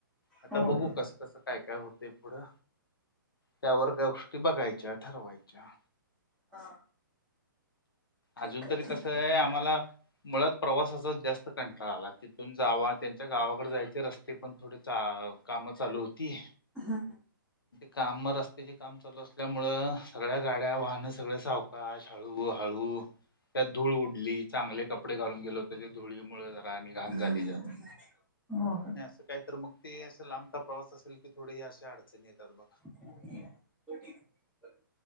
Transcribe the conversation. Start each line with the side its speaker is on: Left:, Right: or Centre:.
Left: आता
Centre: होय
Left: बघू
Centre: होय
Left: कस कस काय काय होतंय पुढं त्यावर त्या गोष्टी बघायच्या, ठरवायच्या
Centre: हा ठीक
Left: अजून
Centre: आहे
Left: तरी
Centre: ठीक
Left: कसं आहे आम्हाला मुळात प्रवासाचाच जास्त कंटाळा आला तिथ तिथून जावा त्यांच्या गावाकडे जायचे रस्ते पण थोडे काम चालू होती.
Centre: हा.
Left: काम रस्त्याचे काम चालू असल्यामुळ सगळ्या गाड्या वाहन त्यांन सगळ सावकाश हळू हळू त्यात धूळ उडली चांगले कपडे घालून गेलो तरी धुळी मुळ जरा आणि घाण
Centre: हम्म
Left: झाली जास्त
Centre: हो
Left: नाही असं काही तर मग ते अस लांबचा प्रवास असेल की थोडे अशा अडचणी येतात बघ.
Centre: <inaudible>